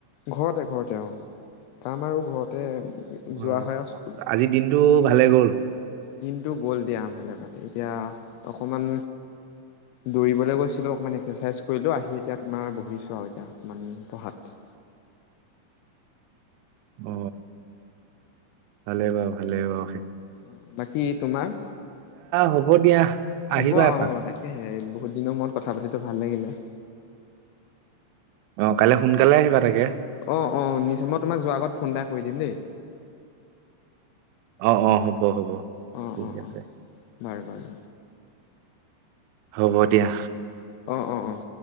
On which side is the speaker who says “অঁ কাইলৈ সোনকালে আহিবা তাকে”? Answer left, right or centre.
Right